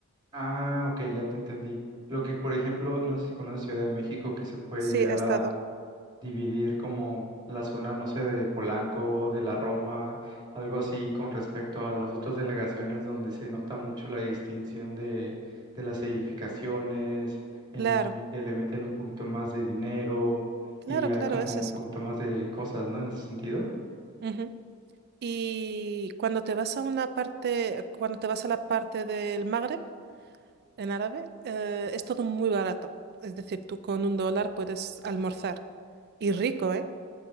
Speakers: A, on the right; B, on the right.
A: Ah, ok, ya te entendí. Lo que, por ejemplo, no sé si conoces Ciudad de México, que se puede llegar
B: Sí, he estado.
A: dividir como la zona, no sé, de Polanco, de la Roma, algo así con respecto a las otras delegaciones donde se nota mucho la distinción de, de las edificaciones, en
B: Claro,
A: que le meten un poquito más de dinero
B: claro,
A: y hay
B: claro,
A: como
B: es eso.
A: un poquito más de cosas, ¿no? En ese sentido.
B: Ujú. Y cuando te vas a una parte, cuando te vas a la parte del Magreb, en árabe, eh, es todo muy barato. Es decir, tú con un dólar puedes almorzar. Y rico, ¿eh?